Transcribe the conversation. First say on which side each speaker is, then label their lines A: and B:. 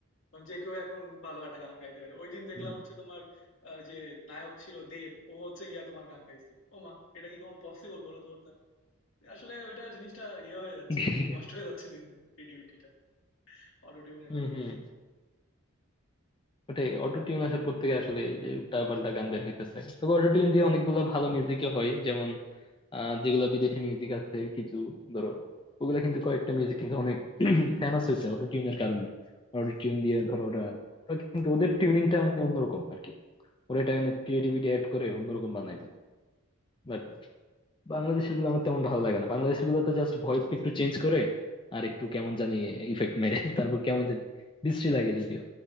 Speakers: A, on the left (about 65°); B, on the left (about 25°).
A: কারণ যে কেউ এখন ভালো একটা গান গাইতে পারে ওই দিন দেখলাম
B: হুম।
A: হচ্ছে তোমার আহ, যে নায়ক ছিল দেব ও হচ্ছে গিয়া তোমার গান গাইছে ও মা এটা কি কোনো পসিবল বলো তোর দ্বারা আসলে ওইটা জিনিসটা ইয়ে হয়ে যাচ্ছে
B: <laughs>
A: আর কি নষ্ট হয়ে যাচ্ছে দিন দিন ক্রিয়েটিভিটিটা অটোটিউনের
B: হম
A: কারণে
B: হম ওটাই অটো টিউন আসার পর থেকে আসলে এই যে উল্টা পাল্টা গান বের হইতেছে তবে অটো টিউন দিয়ে অনেকগুলো ভালো মিউজিকও হয় যেমন আহ যেগুলা বিদেশি মিউজিক আছে কিছু ধরো ওগুলা কিন্তু কয়েকটা মিউজিক কিন্তু অনেক <clears throat> ফেমাস হয়েছে অটো টিউনের কারণে অটো টিউন দিয়ে ধরো ওরা ওরা কিন্তু ওদের টিউনিংটা মানে অন্যরকম আর কি ওরা এটা ক্রিয়েটিভিটি অ্যাড করে অন্যরকম বানাই ফেলে বাংলাদেশের গুলো আমার তেমন ভালো লাগে না বাংলাদেশের গুলোতে জাস্ট ভয়েস একটু চেঞ্জ করে আর একটু কেমন জানি ইফেক্ট মেরে <laughs> তারপর কেমন জানি বিশ্রী লাগে যদিও